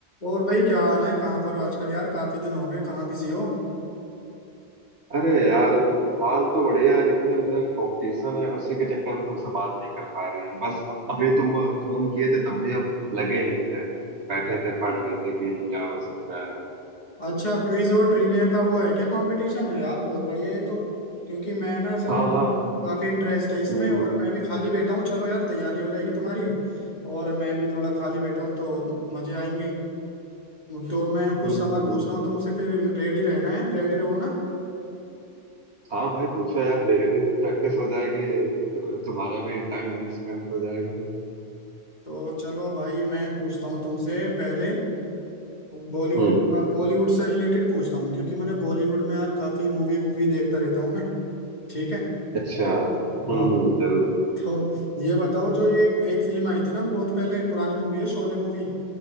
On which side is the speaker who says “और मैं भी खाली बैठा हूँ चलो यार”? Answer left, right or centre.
Left